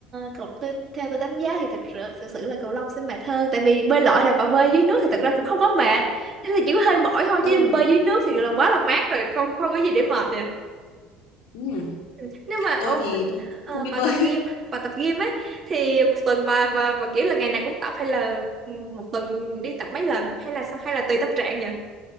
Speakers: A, on the right; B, on the left.
A: cậu tôi, theo tôi đánh giá thì thật sự, thực sự là cầu lông sẽ mệt hơn tại vì bơi lội là bà bơi dưới nước thì thật ra cũng không có mệt. Chỉ là chỉ có hơi mỏi thôi
B: ừ,
A: chứ bơi dưới nước thì là quá là mát rồi không không có gì để mệt
B: ừ.
A: Ừ, nếu mà
B: tôi
A: ông
B: thì tôi
A: ờ,
B: không biết
A: bà
B: bơi
A: tập gym
B: <laughs>
A: bà tập gym ấy thì một tuần bà và và kiểu là ngày nào cũng tập hay là ừ, một tuần đi tập mấy lần hay là sao hay là tùy tâm trạng nhỉ